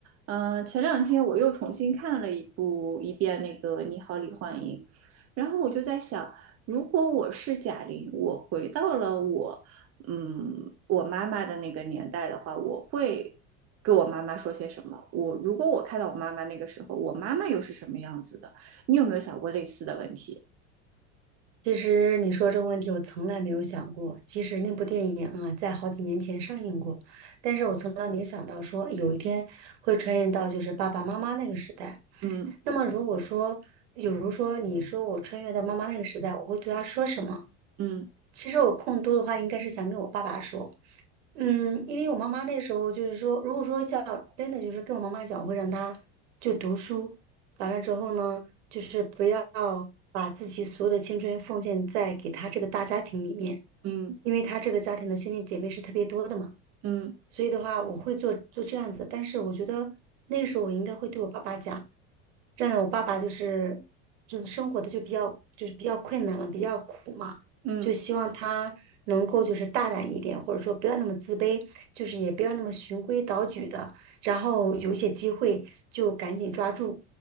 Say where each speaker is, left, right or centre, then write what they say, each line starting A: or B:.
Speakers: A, on the right (about 45°); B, on the right (about 80°).
A: 嗯，呃前两天我又重新看了一部一遍那个《你好，李焕英》，然后我就在想，如果我是贾玲，我回到了我，嗯，我妈妈的那个年代的话，我会跟我妈妈说些什么？我如果我看到我妈妈那个时候，我妈妈又是什么样子的？你有没有想过类似的问题？
B: 其实你说这个问题，我从来没有想过。其实那部电影啊，在好几年前上映过，但是我从来没想到说有一天会穿越到就是爸爸妈妈那个时代。
A: 嗯
B: 那么如果说，比如说你说我穿越到妈妈那个时代，我会对她说什么？
A: 嗯
B: 其实我更多的话应该是想跟我爸爸说，嗯，因为我妈妈那时候就是说，如果说像真的就是跟我妈妈讲，我会让她就读书，完了之后呢，就是不要把自己所有的青春奉献在给她这个大家庭里面，
A: 嗯
B: 因为她这个家庭的兄弟姐妹是特别多的嘛，
A: 嗯
B: 所以的话，我会做做这样子，但是我觉得那个时候我应该会对我爸爸讲。这样的，我爸爸就是就是生活的就比较就是比较困难嘛，比较苦嘛，
A: 嗯
B: 就希望他能够就是大胆一点，或者说不要那么自卑，就是也不要那么循规蹈矩的，然后有一些机会就赶紧抓住，